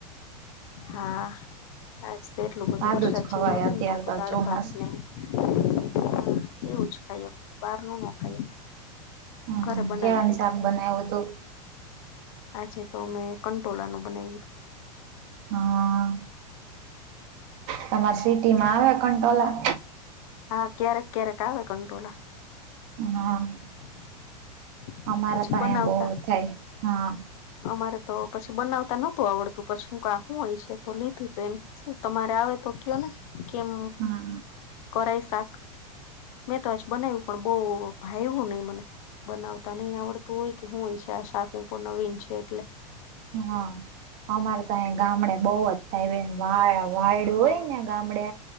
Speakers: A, on the left; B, on the right.
A: હા, આજ તો એટલું બધું
B: સાદું
A: વરસાદ
B: જ ખવાય
A: જેવું હતું
B: અત્યારે
A: ને તો કો દાળ
B: ચોમાસ
A: ભાત ને- - હા એવું જ ખાઈએ, બારનુ નો ખાઈએ.
B: હ,
A: ઘરે બનાવી
B: કેળા નુ
A: લઈએ
B: શાક બનાયુ તુ
A: આ જેતો મે કંટોલાનું બનાવ્યું
B: હા, તમાર સિટી માં આવે કંટોલા
A: હા, ક્યારેક ક્યારેક આવે કંટોલા
B: હા
A: <unintelligible>
B: અમારા
A: પછી
B: તો
A: બનાવતા
B: અહીંયા બહુ જ થાય હા
A: અમારે તો પછી બનાવતા નતું આવડતું પછીું કું હોય છે તો લીધું તો એ- - શું તમારે આવે તો કયો, ને કેમ
B: હા
A: કરાઈ શાક મેં તો આજ બનાવ્યું પણ બહુ ભાઈવુ ની મને- - બનાવતા ની આવડતું હોય કે હું હોય છે આ શાકું કો નવીન છે એટલે
B: હા, અમારે તો ગામડે બોહ જ વા વાયડું
A: હા
B: હોય ને ગામડે